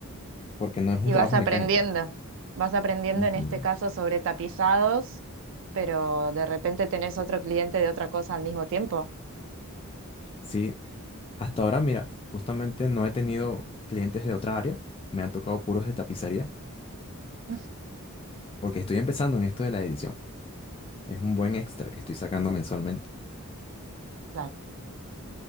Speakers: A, on the left (about 25°); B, on the right (about 60°).
A: porque no es
B: Y
A: un trabajo
B: vas aprendiendo.
A: mecánico.
B: Vas aprendiendo
A: Ujú.
B: en este caso sobre tapizados, pero de repente tenés otro cliente de otra cosa al mismo tiempo.
A: Sí, hasta ahora, mira, justamente no he tenido clientes de otra área. Me han tocado puros de tapicería
B: <laughs>
A: porque estoy empezando en esto de la edición. Es un buen extra que estoy sacando mensualmente.
B: Claro.